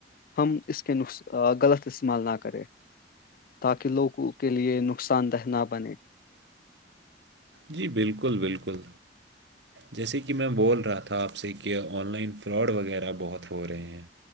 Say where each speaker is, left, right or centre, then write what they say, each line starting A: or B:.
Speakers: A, on the left; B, on the right.
A: ہم اس کے ن غلط استعمال نہ کریں تاکہ لوگوں کے لیے نقصان دہ نہ بنے
B: جی بالکل بالکل جیسے کہ میں بول رہا تھا آپ سے کہ آن لائن فراڈ وغیرہ بہت ہو رہے ہیں